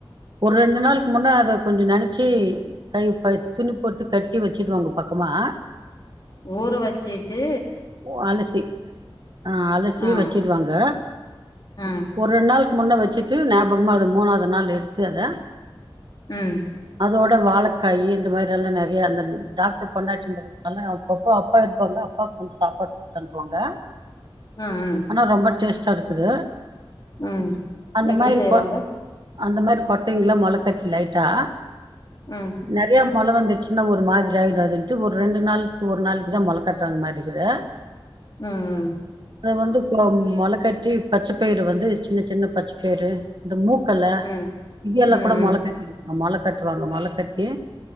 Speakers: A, on the right; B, on the left.
A: ஒரு ரெண்டு நாளுக்கு முன்னே அத கொஞ்சோ நெனச்சு கழுவி பாதி துணி போட்டு கட்டி வச்சுக்குவாங்க பக்கமா
B: ஊற வச்சுட்டு
A: ஓ அலசி ஆ அலசி
B: ஆ
A: வச்சுடு வாங்க
B: ஆ
A: ஒரு ரெண்டு நாளுக்கு முன்ன வச்சிட்டு ஞாபகமாக அது மூணாவது நாள் எடுத்து அத
B: ம்
A: அதோட வாழக்காயி இந்த மாதிரி எல்லா நெறையா அந்த டாக்டர் பொண்டாடின்றதுனால அப்பப்போ அப்பா எடுத்துப்பாங்க அப்பாக்கு கொஞ்சோ சாப்பாடு குடுத்து அனுப்புவாங்க
B: ம் ம்
A: என்ன ரொம்ப டேஸ்டா இருக்குது
B: ம்
A: அந்த
B: எப்டி
A: மாரி
B: செய்வாங்க
A: போட் அந்த மாரி கொட்டைங்கல்லா மொளக்கட்டி லைட்டா
B: ம்
A: நறையா மொழ வந்துடுச்சுன்னா ஒரு மாதிரி ஆயிடும் அதுட்டு ஒரு ரெண்டு நாள்கு ஒரு நாள்க்கு இதா மொள கட்டுறாங்க மாரிருக்குது
B: ம் ம்
A: அன்னைக்கி வந்து மொளக்கட்டி பச்சபயிறு வந்து சின்னச்சின்ன பச்ச பயிறு இந்த மூக்கல்ல
B: ம்
A: இது எல்லா
B: ம்
A: கூட மொழ கட்டிருவாங்க மொழ கட்டுவாங்க மொழ கட்டி